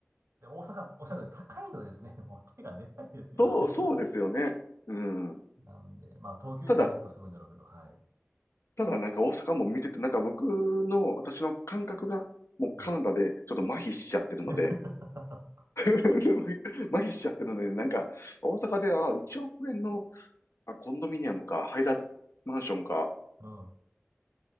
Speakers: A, on the right; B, on the left.
A: で、大阪、おっしゃるように高いのでですね、<laughs> もう手が出ないですよね。
B: そう、そうですよね。
A: <laughs>
B: うん。
A: なんで、まあ東京行ったらもっとすごいんだろうけど、
B: ただ、
A: はい。
B: ただなんか大阪も見てて、なんか僕の、私の感覚が、もうカナダでちょっと麻痺しちゃってるので
A: うん。で、<laughs>
B: <laughs> 麻痺しちゃってるので、なんか大阪で、あ、1億円の、あ、コンドミニアムか、ハイラズマンションか、
A: うん。